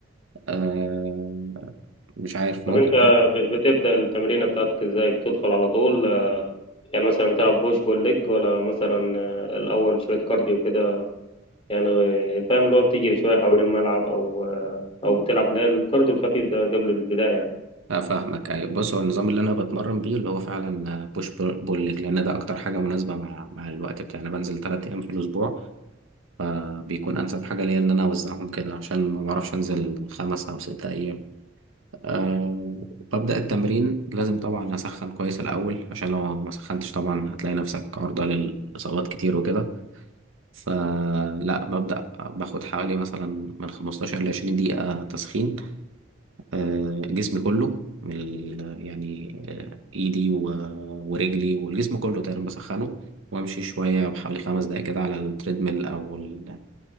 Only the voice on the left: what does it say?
طب
انت ب- بتبدأ التمرينة بتاعتك ازاي بتدخل على طول يعني مثلا بتلعب بوش بول ليج ولا مثلا آه، الأول شوية كارديو كده يعني آه، فاهم اللي هو بتجري شوية حوالين الملعب أو آه، أو بتلعب اللي هي الكارديو الخفيف ده قبل البداية يعني